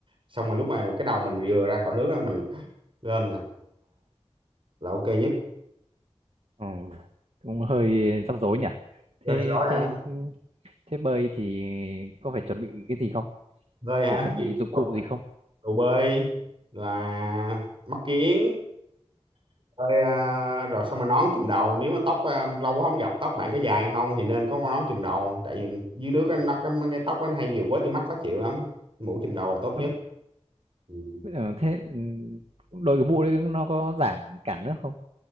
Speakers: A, on the right; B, on the right.
A: xong rồi lúc mà cái đầu mình vừa ra khỏi nước á mình lên là là ok nhất
B: ừ, cũng hơi rắc rối nhỉ thế
A: Rồi hả
B: thế thế bơi thì có phải chuẩn bị cái gì không
A: bơi hả
B: phải chuẩn bị
A: gì
B: dụng
A: cầu,
B: cụ gì không
A: cầu bơi là mắt kiếng bơi à, rồi xong rồi nón chùm đầu nếu mà tóc à, lâu quá không gặp tóc bạn có dài không thì nên có con nón chùm đầu tại vì dưới nước á, nó cái, cái tóc nó hay vừa quế từ mắt khó chịu lắm mũ chùm đầu là tốt
B: Ừ.
A: nhất Ừ.
B: Ờ, thế ừ, đội cái mũ đấy nó có giảm cản nước không?